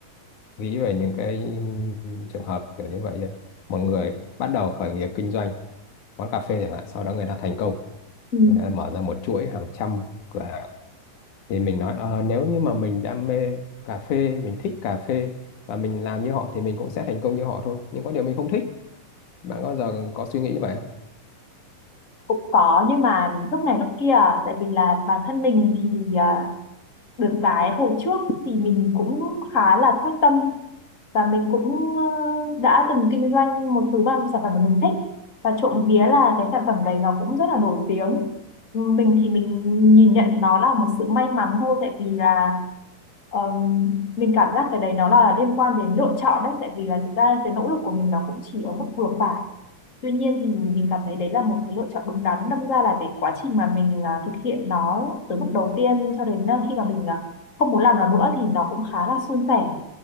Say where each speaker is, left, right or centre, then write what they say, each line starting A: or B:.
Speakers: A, on the left; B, on the left.
A: nghĩ về những cái trường hợp kiểu như vậy nhá. một người bắt đầu khởi nghiệp kinh doanh quán cà phê chẳng hạn sau đó người ta thành công
B: Ừ.
A: người ta mở ra một chuỗi hàng trăm cửa hàng thì mình nói "Ờ, nếu như mà mình đam mê cà phê mình thích cà phê và mình làm như họ thì mình cũng sẽ thành công như họ thôi nhưng có điều mình không thích bạn có giờ có suy nghĩ như vậy không
B: cũng có nhưng mà lúc này lúc kia à, tại vì là bản thân mình thì à, được cái hồi trước thì mình cũng khá là quyết tâm và mình cũng ờ, đã từng kinh doanh một thứ mà sản phẩm mà mình thích và trộm vía là cái sản phẩm đấy nó cũng rất là nổi tiếng Ừ, mình thì mình nhìn nhận nó là một sự may mắn thôi tại vì là ờm, mình cảm giác cái đấy nó là liên quan đến lựa chọn đấy tại vì là thực ra cái nỗ lực của mình nó cũng chỉ ở mức vừa phải Tuy nhiên thì mình cảm thấy đấy là một cái lựa chọn đúng đắn. Đâm ra là cái quá trình mà mình à, thực hiện nó từ bước đầu tiên cho đến à, khi mà mình à, không muốn làm nó nữa thì nó cũng khá là suôn sẻ.